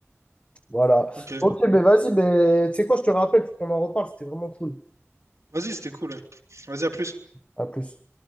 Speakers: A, on the left; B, on the right.
A: voilà.
B: ok.
A: Ok, ben, vas-y, ben, tu sais quoi, je te rappelle, faut qu'on en reparle, c'était vraiment cool.
B: Vas-y, c'était cool. ouais. Vas-y, à plus.
A: À plus.